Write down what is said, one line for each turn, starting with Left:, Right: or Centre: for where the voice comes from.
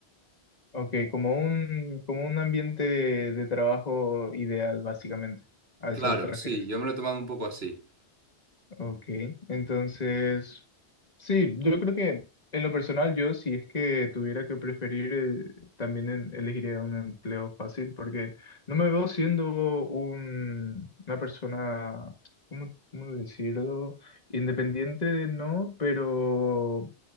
Left: Ok, como un, como un ambiente de trabajo ideal, básicamente. ¿A
Right: Claro,
Left: eso te refieres?
Right: sí, yo me lo he tomado un poco así.
Left: Ok, entonces, sí, yo creo que en lo personal yo, si es que tuviera que preferir, eh, también en- elegiría un empleo fácil, porque no me veo siendo un, una persona, ¿cómo, cómo decirlo? Independiente, no, pero